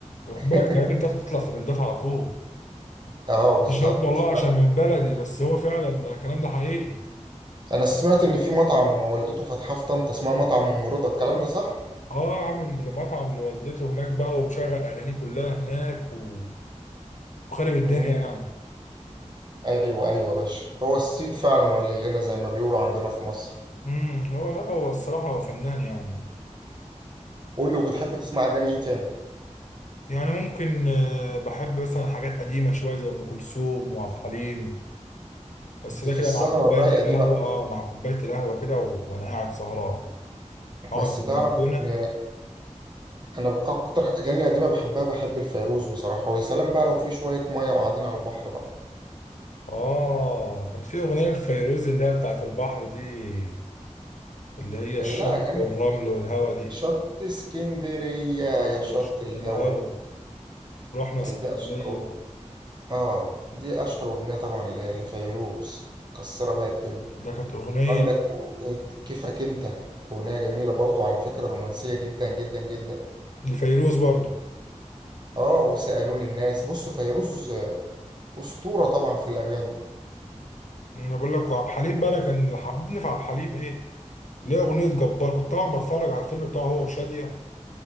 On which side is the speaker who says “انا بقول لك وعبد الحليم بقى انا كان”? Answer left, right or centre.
Left